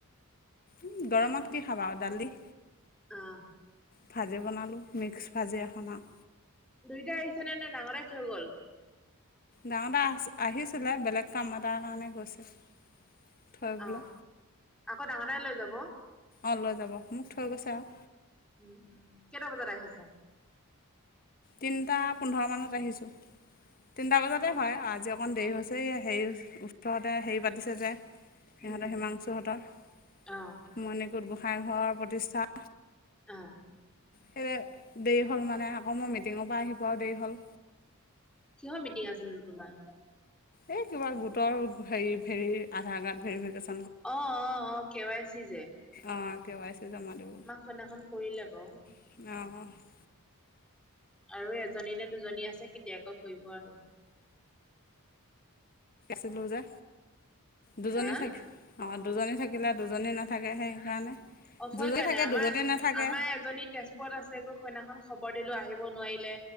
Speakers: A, on the left; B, in the centre.
A: উম গৰমত কি খাবা আৰু দালি।
B: অ'।
A: ভাজি বনালো মিক্স ভাজি এখন আৰু।
B: দুইটাই আহিছে নে, নে ডাঙৰ ডাই থৈ গ'ল।
A: ডাঙৰডা আহিছিলে। বেলেগ কাম এটাৰ কাৰণে গৈছে। থৈ বোলে
B: অ' আকৌ ডাঙৰ দাই লৈ যাব?
A: অ' লৈ যাব মোক থৈ গৈছে আৰু।
B: উম উম। কেইটা বজাত আহিছা?
A: তিনটা পোন্ধৰ মানত আহিছো। তিনটা বজাতে হয় আজি অকণ দেৰি হৈছে এয়া হেৰি ওচৰতে হেৰি পাতিছে যে। সিহঁতৰ
B: উম
A: হিমাংশুহতৰ
B: অ
A: মণিকোট গোসাইইঘৰৰ প্ৰতিষ্ঠাত
B: অ'।
A: সে দেৰি হ'ল মানে, আকৌ মই মিটিঙৰ পৰা আহি পোৱাও দেৰি হ'ল।
B: কিহৰ মিটিং আছিলনো তোমাৰ?
A: এই কিবা গোটৰ হেৰি ভেৰি আধাৰ কাৰ্ড ভেৰিফিকেশন।
B: অ', অ' অ' কে ৱাই চি যে?
A: অ', কে ৱাই চি জমা দিব।
B: সৈদিনাখন কৰিলে বাৰু।
A: অ', অ'।
B: আৰু এজনী নে দুজনী আছে কেতিয়াকৌ কৰিব আৰু।
A: ছিলো যে দুজনী
B: হা
A: চাগে। অ দুজনী থাকিলে দুজনী নাথাকে সেইকাৰণে
B: অ', সেই
A: দুজনী
B: কাৰণে
A: থাকে
B: আমাৰ
A: দুজনী নাথাকে
B: আমাৰ এজনী তেজপুৰত আছে গৈ সইনাখন খবৰ দিলো আহিব নোৱাৰিলে,